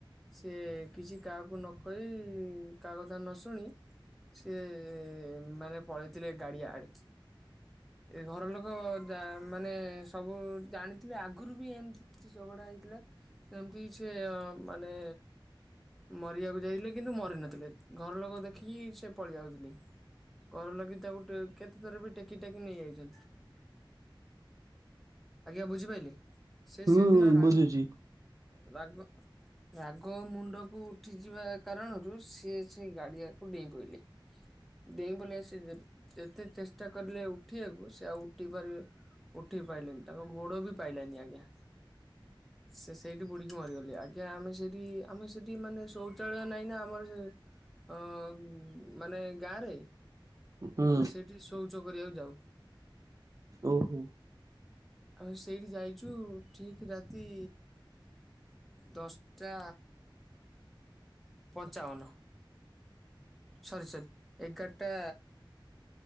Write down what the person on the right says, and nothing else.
ହୁଁ
ବୁଝୁଛି
ହୁଁ
ଓହୋ।